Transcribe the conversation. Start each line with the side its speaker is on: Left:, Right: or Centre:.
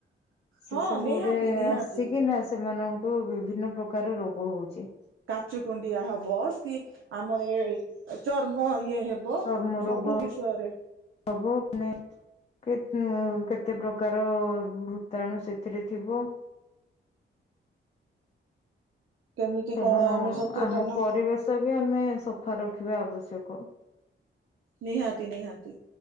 Left: ସେ
Right: ହଁ
Left: ସବୁ
Right: ନିହାତି
Left: ରେ
Right: ନିହାତି।
Left: ଆସିକିନା ସେମାନଙ୍କୁ ବିଭିନ୍ନ ପ୍ରକାର ରୋଗ ହୋଉଚି।
Right: କାଛୁ କୁଣ୍ଡିଆ ହବ ସ୍କି ଆମର ଇଏ ଚର୍ମ ଇଏ ହେବ ହବ
Left: ଚର୍ମ ରୋଗ
Right: ସବୁ ବିଷୟରେ
Left: <unintelligible> କେତ୍ କେତେ ପ୍ରକାର ଭୂତାଣୁ ସେଥିରେ ଥିବ।
Right: କେମିତି
Left: ତେଣୁ
Right: କଣ ଆମେ ସଚେତନ
Left: ଆମ ପରିବେଶବି ଆମେ ସଫା ରଖିବା ଆବଶ୍ୟକ।
Right: ନିହାତି ନିହାତି।